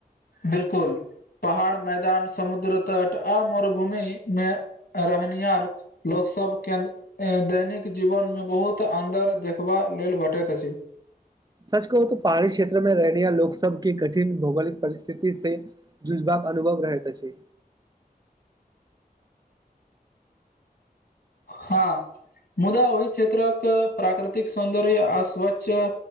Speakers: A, on the left (about 65°); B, on the right (about 25°).
A: बिल्कूल पहाड़ मैदान समुद्र तट आ मरुभूमि मे रहनिहार लोक सब केन्द दैनिक जीवन मे बहुत अन्दर देखबा लेल भेटैत अछि।
B: सच कहूऽ पहाड़ी क्षेत्र में रहियाण लोक सबके कठिन भौगोलिक परिस्थिति से। झुजबाग अनुभव रहत अछि
A: हँ। मुदा ओहि क्षेत्रक प्राकृतिक सौंन्दर्य अऽ स्वच्छ